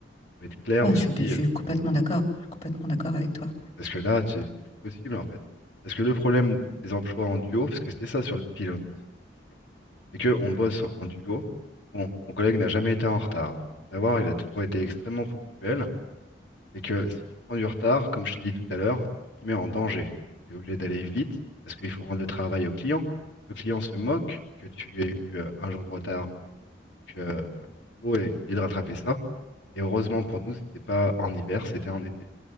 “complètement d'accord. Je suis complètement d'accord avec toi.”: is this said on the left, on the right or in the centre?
Left